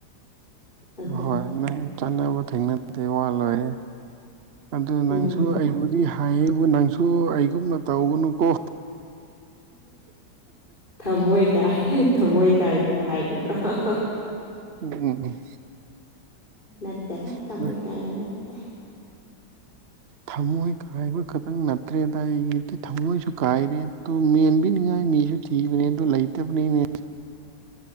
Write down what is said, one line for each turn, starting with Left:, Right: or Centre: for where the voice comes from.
Left: ꯑꯗꯨꯅꯤꯗ
Right: ꯍꯣꯏ ꯅꯪ ꯆꯥꯅꯕ ꯊꯦꯡꯅꯗꯦ ꯋꯥ ꯂꯣꯏꯔꯦ ꯑꯗꯨ ꯅꯪꯁꯨ
Left: ꯎꯝ
Right: ꯑꯩꯕꯨꯗꯤ ꯍꯥꯏꯌꯦꯕꯨ ꯅꯪꯁꯨ ꯑꯩꯒꯨꯝꯅ ꯇꯧꯒꯅꯨꯀꯣ
Left: ꯊꯝꯃꯣꯏ ꯀꯥꯏ ꯊꯝꯃꯣꯏ ꯀꯥꯏꯕ ꯍꯥꯏꯕꯗꯨꯔꯣ
Right: ꯎꯝ ꯎꯝ ꯎꯝ
Left: ꯅꯠꯇꯦꯗ
Right: ꯎꯝ
Left: ꯊꯃꯣꯏ ꯀꯥꯏꯕ ꯅꯠꯇꯦ
Right: ꯊꯃꯣꯏ ꯀꯥꯏꯕ ꯈꯛꯇꯪ ꯅꯠꯇ꯭ꯔꯦꯗ ꯑꯩꯒꯤꯗꯤ ꯊꯝꯃꯣꯏꯁꯨ ꯀꯥꯏꯔꯦ ꯑꯗꯨ ꯃꯦꯟꯕꯤꯅꯤꯉꯥꯏ ꯃꯤꯁꯨ ꯊꯤꯕꯅꯦ ꯑꯗꯨ ꯂꯩꯇꯕꯅꯤꯅꯦ